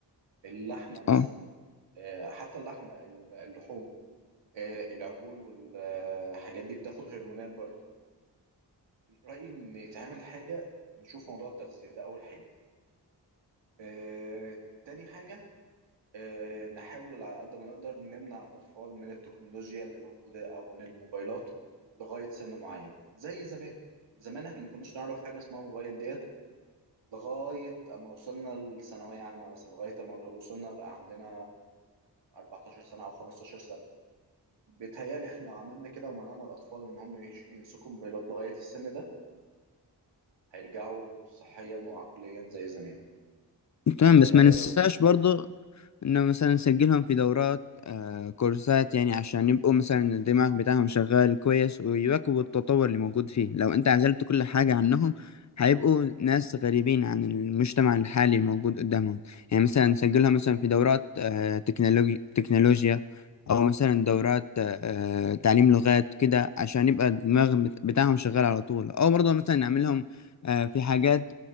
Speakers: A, on the right; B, on the left.
A: اللحمة مثلا
B: آه.
A: آه، حتى اللحمة ال- اللحوم آه، العجول والحاجات دي بتاخد هرمونات برضو رأيي إن يتعمل حاجة نشوف موضوع التغذية ده أول حاجة آه، تاني حاجة آه، نحاول على قد ما نقدر نمنع الأطفال من التكنولوجيا اللي موجودة أو من الموبايلات لغاية سن معين زي زمان زمان احنا ما كناش نعرف حاجة اسمها موبايل ديت لغاية أما وصلنا لثانوية عامة مثلا لغاية أما وصلنا بقى عندنا 14 سنة أو 15 سنة بيتهيألي احنا لو عملنا كده ومنعنا الأطفال إن هم يش- يمسكوا موبايلات لغاية السن ده هيرجعوا صحيا وعقليا زي زمان
B: تمام
A: أنت
B: بس
A: إيه رأيك؟
B: ما ننساش برضو انه مثلا نسجلهم في دورات آه كورسات يعني عشان يبقوا مثلا الدماغ بتاعهم شغال كويس ويواكبوا التطور اللي موجود فيه لو انت عزلت كل حاجة عنهم هيبقوا ناس غريبين عن المجتمع الحالي الموجود قدامهم يعني مثلا نسجلهم مثلا في دورات آه تكنولوجي تكنولوجيا او مثلا دورات آه آه، تعليم لغات كده عشان يبقى الدماغ بت- بتاعهم شغال على طول او برضه مثلا نعملهم آه، في حاجات